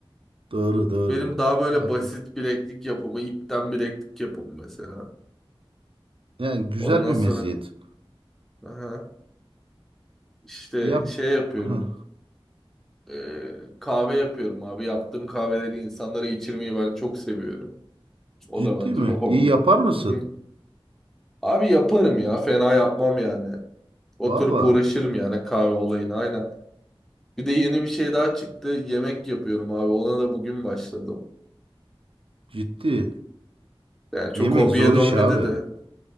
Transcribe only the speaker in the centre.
Benim daha böyle
basit bileklik yapımı, ipten bileklik yapımı mesela.
Ondan
sonra
aha, işte
şey yapıyorum.
Ee, kahve yapıyorum abi. Yaptığım kahveleri insanlara içirmeyi ben çok seviyorum. O
da bence
bir hobim.
Hı hı. Abi yaparım ya. Fena yapmam yani. Oturup
uğraşırım yani kahve olayına aynen. Bir de yeni bir şey daha çıktı. Yemek yapıyorum abi. Ona da bugün başladım.
Yani çok
hobiye
dönmedi
de.